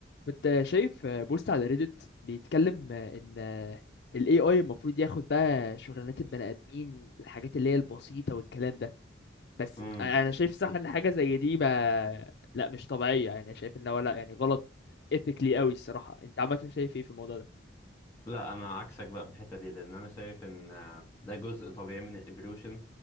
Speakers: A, on the left (about 55°); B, on the left (about 15°).
A: كنت شايف بوست على ريدت بيتكلم ان ال AI المفروض ياخد بقى شغلانات البني ادمين الحاجات اللي هي البسيطة والكلام ده بس
B: امم
A: انا شايف صح ان حاجة زي دي ما لا مش طبيعية يعني شايف ان هو لا يعني غلط ethically قوي الصراحة انت عامة شايف ايه في الموضوع ده
B: لا انا عكسك بقى في الحته دي لان انا شايف ان آه، ده جزء طبيعي من الايفولوشن